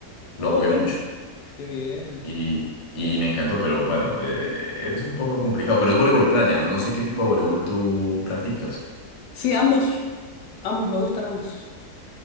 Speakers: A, on the left; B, on the left.
A: Lo
B: Oh,
A: jugué
B: buena.
A: mucho
B: Qué bien.
A: y, y me encantó, pero bueno, eh, es un poco complicado, pero es voleibol playa, ¿no? No sé qué tipo de voleibol tú practicas.
B: Sí, ambos, ambos, me gustan ambos.